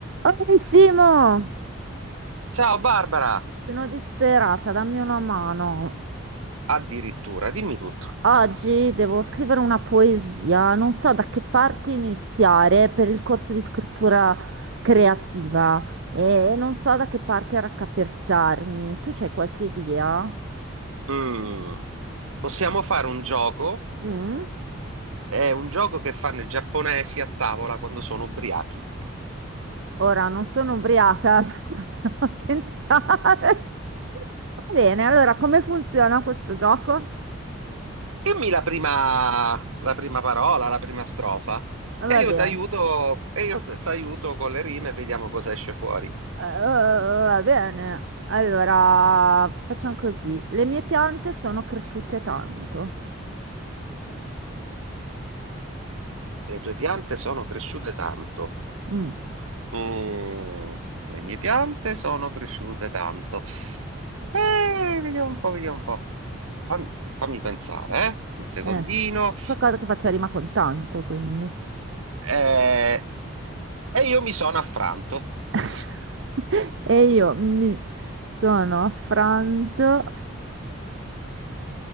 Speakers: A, on the right (about 60°); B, on the right (about 85°).
A: Oh, Simo,
B: Ciao Barbara,
A: sono disperata, dammi una mano.
B: addirittura, dimmi tutto.
A: Oggi devo scrivere una poesia, non so da che parte iniziare per il corso di scrittura creativa e non so da che parte raccapezzarmi. Tu c'hai qualche idea?
B: Mm, Possiamo fare un gioco,
A: Mm?
B: è un gioco che fanno i giapponesi a tavola quando sono ubriachi.
A: Ora non sono ubriaca, <laughs> però potremmo tentare. Va bene, allora come funziona questo gioco?
B: Dimmi la prima, la prima parola, la prima strofa e
A: Va
B: io
A: bene.
B: ti aiuto, e io t- t'aiuto con le rime e vediamo cosa esce fuori.
A: Eh, eh, eh, va bene. Allora, facciamo così. Le mie piante sono cresciute tanto.
B: Le tue piante sono cresciute tanto.
A: Mm,
B: Mm, Le mie piante sono cresciute tanto. Eh, vediamo un po', vediamo un po'. Fammi, fammi pensare, eh? Un secondino.
A: eh, qualcosa che faccia rima con tanto, quindi.
B: Eh, e io mi sono affranto
A: <laughs> E io mi sono affranto.